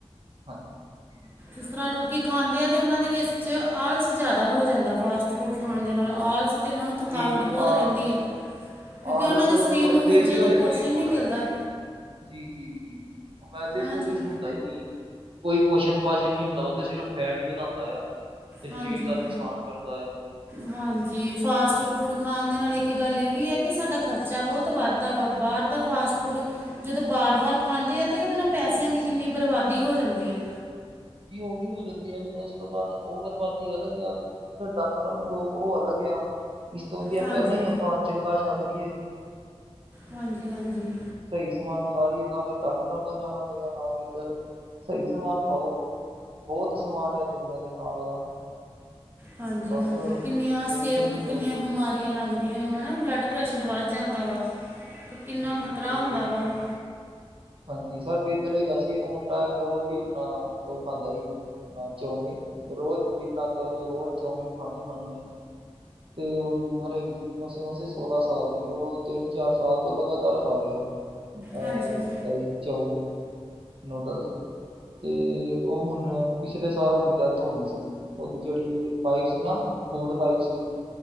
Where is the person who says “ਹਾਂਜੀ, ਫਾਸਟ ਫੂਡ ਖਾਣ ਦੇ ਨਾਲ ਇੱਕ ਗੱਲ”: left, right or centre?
Right